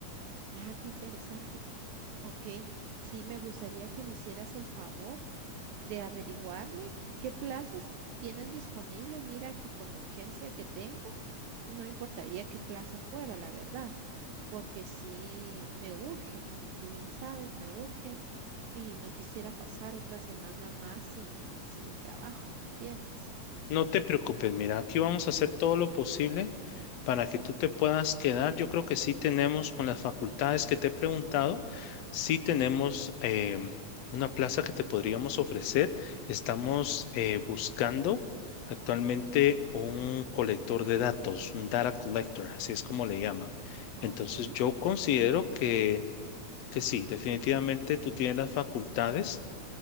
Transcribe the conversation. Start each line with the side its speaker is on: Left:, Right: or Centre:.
Right: Ah, qué interesante. Ok, sí, me gustaría que me hicieras el favor de averiguarme qué plazas tienen disponibles. Mira que con la urgencia que tengo, no importaría qué plaza fuera, la verdad, porque sí me urge, como tú bien sabes, me urge y no quisiera pasar otra semana más sin, sin trabajo, ¿me entiendes?
Left: No te preocupes, mira, aquí vamos a hacer todo lo posible para que tú te puedas quedar. Yo creo que sí tenemos con las facultades que te he preguntado, sí tenemos em, una plaza que te podríamos ofrecer. Estamos eh, buscando actualmente un colector de datos, un data collector, así es como le llaman.
Right: Ok,
Left: Entonces yo considero que, que sí, definitivamente tú tienes las facultades